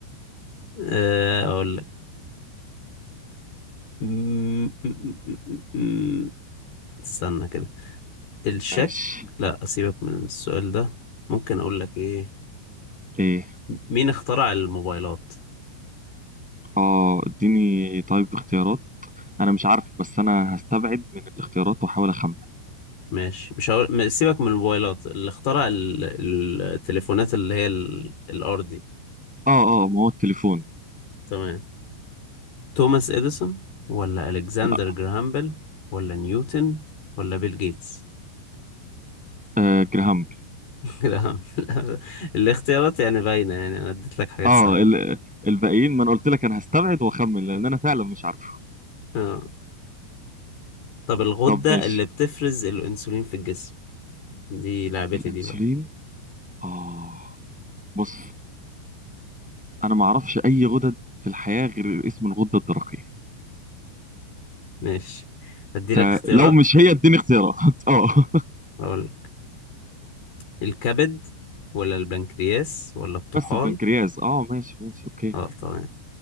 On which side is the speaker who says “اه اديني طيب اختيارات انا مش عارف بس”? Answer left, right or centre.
Centre